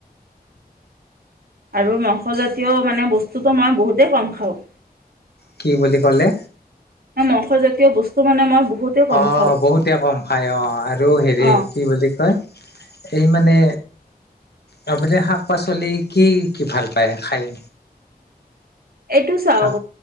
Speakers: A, on the right; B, on the left.
A: আৰু <unintelligible> মানে বস্তুটো মই বহুতেই কম খাওঁ।
B: কি বুলি কলে?
A: মংসজাতীয় বস্তু মানে মই বহুতেই কম
B: অ'
A: খাওঁ।
B: বহুতে কম খাই অ' আৰু হেৰি
A: অ',
B: কি বুলি কয় এই মানে আ মানে শাক পাচলি কি কি ভাল পায় খাই?
A: এইটো চাওক
B: শাক